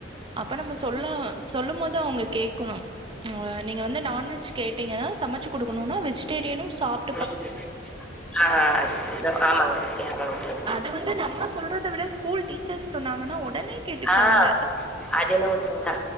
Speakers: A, on the right; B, in the centre.
A: அப்ப நம்ம சொல்ல சொல்லும் போது அவுங்க கேட்கணும் அ நீங்க வந்து நான்வெஜ் கேட்டீங்க சமைச்சு குடுக்கணுனா வெஜிடேரியனு சாப்
B: ம் ஆ அ தோ ஆமாங்க ய ஆமாங்க ம்
A: அது வந்து நம்ம சொல்றத விட ஸ்கூல் டீச்சர்ஸ் சொன்னாங்கன்னா உடனே கேட்டுக்கிறாங்க
B: ஆ. அது என்னவோ உண்மதா